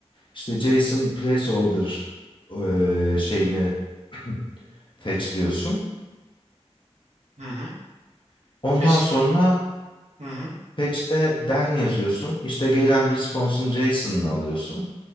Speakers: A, on the left; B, on the right.
A: işte JSON placeholder eee, şeyini <clears throat> fetchliyorsun.
B: Hı hı.
A: Ondan
B: Feş
A: sonra
B: hı hı.
A: fetch'te den yazıyorsun. İşte gelen response'un JSON'ını alıyorsun.